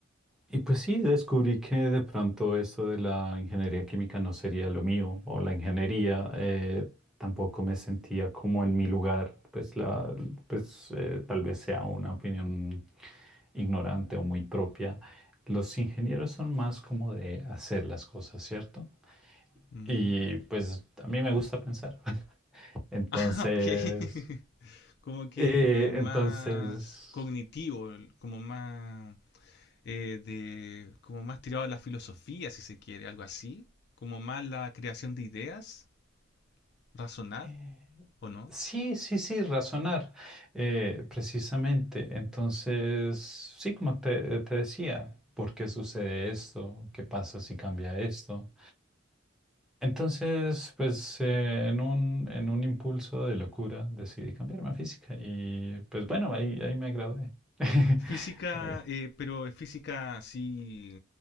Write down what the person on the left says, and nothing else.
Mm.
Ah, ok. <laughs> Como que
eh, más
cognitivo, como más eh, de, como más tirado a la filosofía, si se quiere, algo así. Como más la creación de ideas, razonar,
¿o no?
Física,
eh, pero es física, sí.